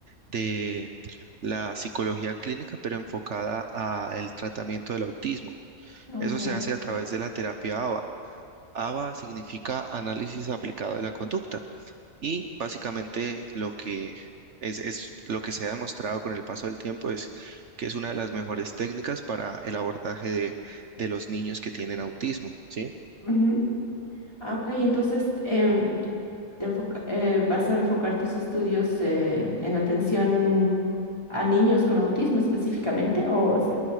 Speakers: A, on the right; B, on the left.
A: de la psicología clínica, pero enfocada al tratamiento del autismo.
B: ok.
A: Eso se hace a través de la terapia ABA. ABA significa análisis aplicado de la conducta. Y básicamente lo que es, es lo que se ha demostrado con el paso del tiempo es que es una de las mejores técnicas para el abordaje de, de los niños que tienen autismo, ¿sí?
B: ujú. Ah, ok, entonces em, te enfoca- eh, vas a enfocar tus estudios eh, en atención a niños con autismo específicamente o es,